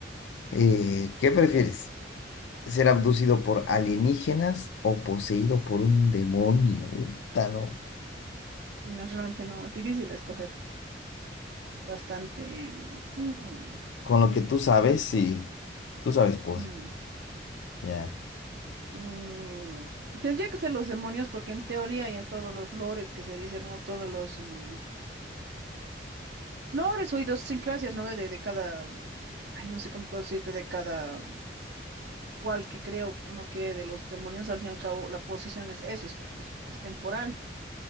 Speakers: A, on the left; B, on the right.
A: Eh, ¿qué prefieres? ¿Ser abducido por alienígenas o poseído por un demonio? Uta, no.
B: No, realmente no, es difícil escoger. Bastante. mm, mm,
A: Con lo que tú sabes, sí. Tú sabes cosas.
B: mm.
A: Ya.
B: mm. Tendría que ser los demonios porque en teoría y en todos los lores que se dicen, o todos los mm, Lores o idiosincrasias, ¿no? De, de cada, ay, no sé cómo puedo decirte, de cada cual que creo uno quiere de los demonios, al fin y al cabo la posesión es eso, es, pues, es temporal